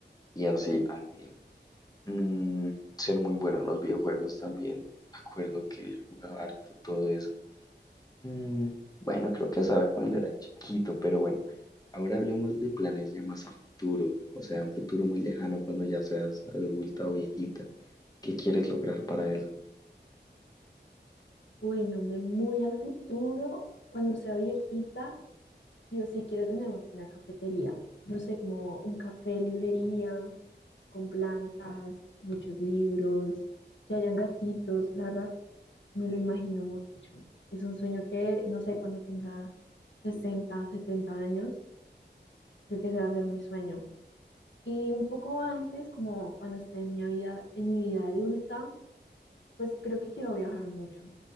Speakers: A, on the left (about 20°); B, on the left (about 85°).
A: y así también. Mm, ser muy bueno en los videojuegos también. Me acuerdo que yo jugaba harto todo eso. Mm, bueno, creo que eso era cuando era chiquito, pero bueno. Ahora hablemos de planes ya más a futuro, o sea, un futuro muy lejano cuando ya seas adulta o viejita. ¿Qué quieres lograr para eso?
B: Bueno, de muy al futuro, cuando sea viejita, sí o sí quiero tener una cafetería. No sé, como un café, librería, con plantas, muchos libros, que hayan gatitos. La verdad, me lo imagino mucho. Es un sueño que, no sé, cuando tenga 60, 70 años, creo que ese va a ser mi sueño. Y un poco antes, como cuando esté en mi vida, en mi vida adulta, pues creo que quiero viajar mucho